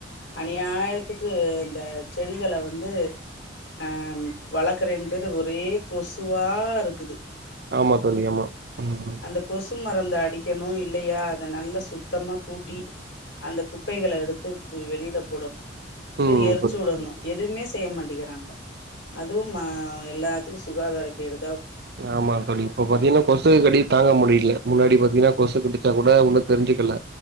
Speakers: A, on the left; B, on the right.
A: அநியாயத்துக்கு இந்த செடிகள வந்து ஆ வளக்கிறனுபேரு ஒரே கொசுவாருக்குது
B: ஆமா தோழி ஆமா ம்
A: அந்த கொசு மருந்த அடிக்கணு இல்லையா அத நல்ல சுத்தமா கூட்டி அந்த குப்பைகள எடுத்து வெளில போடணு இல்ல
B: ம்
A: எரிச்சுவுடணு
B: புரியுது
A: எதுவுமே செய்ய மாட்டேங்கி றாங்க அதுவும் மா எல்லாத்துக்கு சுகாதார கேடு
B: ஆமா தோழி இப்ப பாத்தீங்கனா கொசு கடி தாங்க முடி ல முன்னாடி பாத்தீங்கனா கொசு கடிச்சா கூட ஒன்னு தெரிஞ்சுக்கல